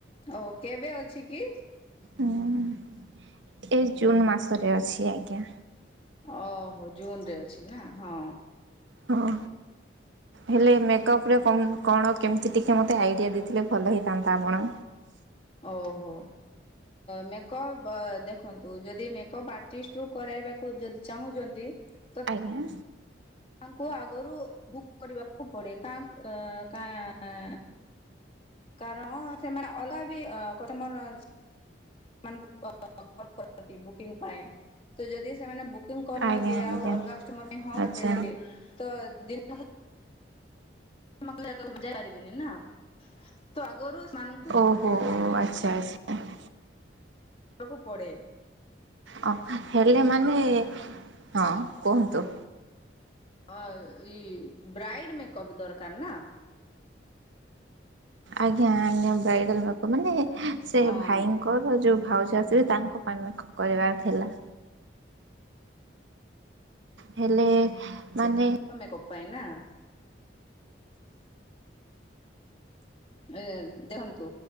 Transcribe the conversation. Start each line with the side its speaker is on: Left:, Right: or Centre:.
Left: ଓଉ କେବେ ଅଛି କି?
Right: ହଁ ଏ ଜୁନ୍ ମାସରେ ଅଛି ଆଜ୍ଞା
Left: ଓହୋ ଜୁନରେ ଅଛି ନା ହଁ
Right: ହଁ ହେଲେ ମେକଅପ ରେ କଣ କେମିତି ଟିକେ ମତେ ଆଇଡିଆ ଦେଇଥିଲେ ଭଲ ହେଇଥାନ୍ତା ଆପଣ।
Left: ଓହୋ ମେକଅପ ଦେଖନ୍ତୁ ଯଦି ମେକଅପ ଆର୍ଟିଷ୍ଟରୁୁ କରାଇବାକୁ ଯଦି ଚାହୁଁଛନ୍ତି ତ
Right: ଆଜ୍ଞା
Left: ତାଙ୍କୁ ଆଗରୁ ବୁକ୍ କରିବାକୁ ପଡେ କାଁ କାଁ କାରଣ ସେମାନେ ଅଲଗା ବି ଅଁ ତମର କରନ୍ତି ବୁକିଂ ପାଇଁ ତ ଯଦି ସେମାନେ କୁକିଂ କରିନେବେ
Right: ଆଜ୍ଞା ଆଜ୍ଞା
Left: ଆଉ ଅଲଗା କଷ୍ଟମର ପାଇଁ ହଁ
Right: ଆଚ୍ଛା।
Left: କରିଦେଇଥିବେ। ତ ଦିନକୁ କାମ କ୍ଲି ଯାଇ ପାରିବେନି ନା ତ ଆଗରୁ ସେମାନଙ୍କୁ
Right: ଓହୋ <unintelligible>
Left: କୁ ପଡ଼େ
Right: ଅ ହେଲେ ମାନେ ହଁ କୁହନ୍ତୁ।
Left: ହ ଏ ବ୍ରାଇଡ଼ ମେକଅପ ଦରକାର ନା
Right: ଆଜ୍ଞା ଆଜ୍ଞା ବ୍ରାଇଡାଲ ମେକପ ମାନେ ସେ
Left: ହଁ
Right: ଭାଇଙ୍କର ଯୋଉ ଭାଉଜ ଆସ୍ ସେ ତାଙ୍କ ପାଇଁ ମେକପ୍ କରିବାର ଥିଲା। ହେଲେ। ମାନେ
Left: ତାଙ୍କ ମେକଅପ୍ ପାଇଁ ନା। ଏ ଦେଖନ୍ତୁ।